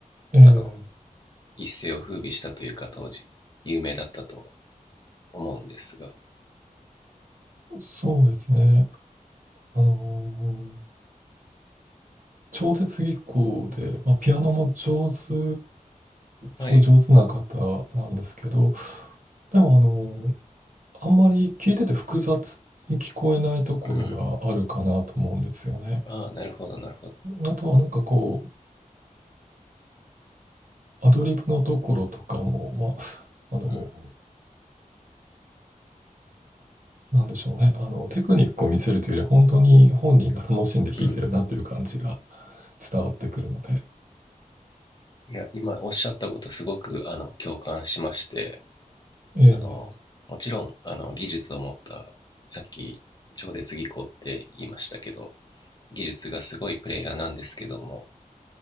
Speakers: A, on the right; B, on the left.
A: ええ、
B: あの、一世を風靡したというか当時有名だったと思うんですが。
A: そうですね。あのー超絶技巧で、まあ、ピアノも上手、すごい上手な方なんですけど、
B: はい。
A: でもあの、あんまり聞いてて複雑に聞こえないところがあるかなと思うんですよね。
B: うん。ああ、なるほど、なるほど。
A: あとはなんかこう、アドリブのところとかも、まあ、あの、
B: うん。
A: なんでしょうね、あの、テクニックを見せるというよりは、本当に本人が楽しんで弾いてるなという感じが
B: うん。
A: 伝わってくるので、
B: いや、今おっしゃったことすごくあの共感しまして、
A: ええ
B: あのもちろんあの技術を持った、さっき超絶技巧って言いましたけど、技術がすごいプレイヤーなんですけども、